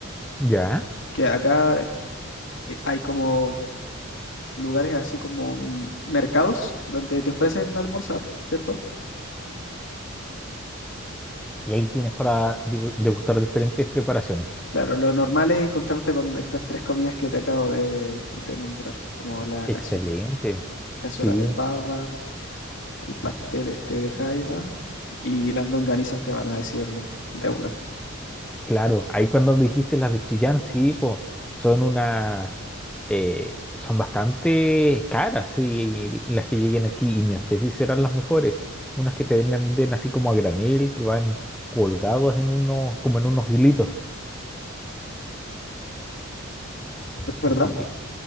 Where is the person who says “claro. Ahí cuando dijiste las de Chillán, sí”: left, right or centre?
Centre